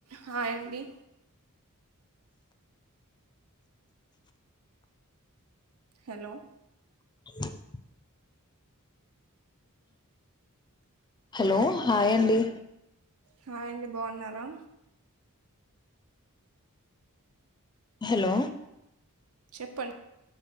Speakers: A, on the right; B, on the left.
A: Hi అండి hello
B: <inaudible> hello hi అండి
A: hi అండి బాగున్నారా
B: హలో
A: చెప్పం